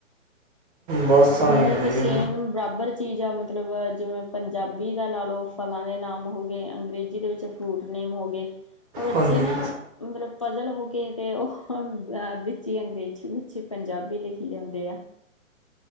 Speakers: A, on the right (about 35°); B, on the left (about 25°).
A: ਬਸ। ਆਏ
B: ਹੁਨ ਇਕ
A: ਆ ਜੀ
B: ਸੇਮ ਬਰਾਬਰ 'ਚ ਤੀਜਾ ਮਤਲਬ, ਜਿਵੇਂ ਪੰਜਾਬੀ ਦਾ ਲਾ ਲਓ ਫਲਾਂ ਦੇ ਨਾਮ ਹੋ ਗਏ ਅੰਗਰੇਜੀ ਦੇ ਵਿੱਚ ਫਰੂਟ ਨੇਮ ਹੋ ਗੇ ਓ ਬੱਚੇ
A: ਹਾਂਜੀ
B: ਨਾ ਮਤਲਬ ਪਜ਼ਲ ਹੋਗੇ ਤੇ ਓ, ਵਿੱਚ ਈ ਅੰਗਰੇਜੀ, ਵਿੱਚ ਈ ਪੰਜਾਬੀ ਲਿਖੀ ਜਾਂਦੇ ਆ।